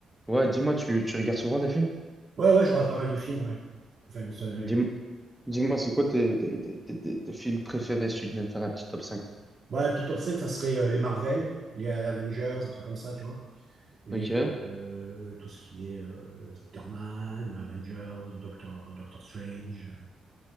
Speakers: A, in the centre; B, on the right.
A: Ouais, dis-moi, tu, tu regardes souvent des films?
B: Ouais, ouais, je regarde pas mal de films, ouais. Enfin, ça-
A: Dis-moi,
B: je-
A: dis-moi, c'est quoi tes, tes, tes, tes, tes- tes films préférés si tu devais me faire un petit top cinq
B: bon, la petite top 5 ça serait euh, les Marvel, les Avengers, des trucs comme ça, tu vois. Les,
A: Ok.
B: euh, tout ce qui est euh, Spider-Man, Avengers, Doctor, Doctor Strange, euh,